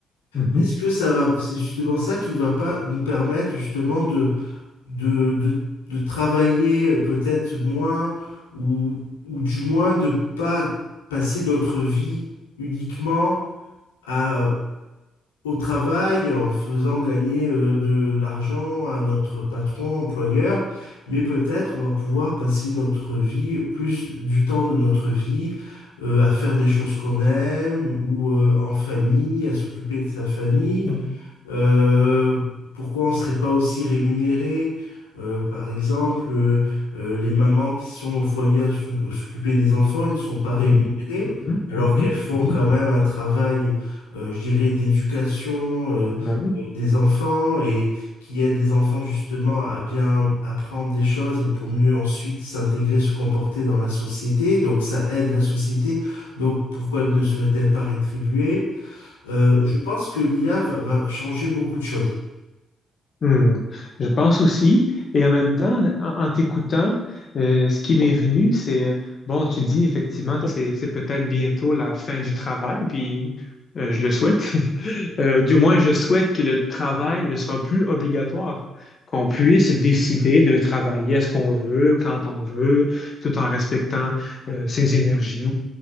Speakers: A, on the left; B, on the left.
A: mhm,
B: est-ce que ça va, c'est justement ça qui va pas nous permettre justement de, de, de, de travailler euh, peut-être moins ou, ou du moins de pas passer notre vie uniquement à au travail en faisant gagner euh, de l'argent à notre patron, employeur, mais peut-être on va pouvoir passer notre vie, plus du temps de notre vie, euh, à faire des choses qu'on aime ou euh, en famille, à s'occuper de sa famille.
A: mhm,
B: Euh, pourquoi on ne serait pas aussi rémunéré? Euh, par exemple, euh, euh, les mamans qui sont au foyer à s'ou- à s'occuper des enfants, ils ne sont pas rémunérées,
A: mhm, mhm,
B: alors
A: mhm,
B: qu'elles font
A: mhm.
B: quand même un travail, euh, je dirais, d'éducation euh,
A: Ben oui.
B: euh, des enfants et qui aide les enfants justement à bien apprendre des choses et pour mieux ensuite s'intégrer, se comporter dans la société. Donc ça aide la société. Donc pourquoi ne serait-elle pas rétribuée? Euh, je pense que l'IA va, va changer beaucoup de choses.
A: Hmm, Je pense aussi, et en même temps, en, en t'écoutant, euh, ce qui m'est venu, c'est, euh, bon, tu dis effectivement que c'est, c'est peut-être bientôt la fin du travail, puis euh, je le souhaite. <laughs> Euh, du moins, je souhaite que le travail ne soit plus obligatoire, qu'on puisse décider de travailler à ce qu'on veut, quand on veut, tout en respectant euh, ses énergies.